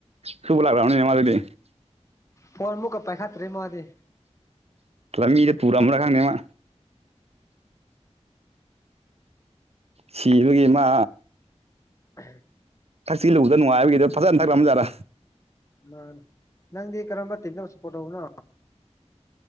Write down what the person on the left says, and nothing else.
ꯐꯣꯟ ꯑꯃꯨꯛꯀ ꯄꯥꯏꯈꯠꯇ꯭ꯔꯦ ꯃꯥꯗꯤ꯫
ꯎꯝ꯫
ꯃꯥ ꯅꯪꯗꯤ ꯀꯔꯝꯕ ꯇꯤꯝꯗ ꯁꯄꯣꯔꯠ ꯇꯧꯕꯅꯣ꯫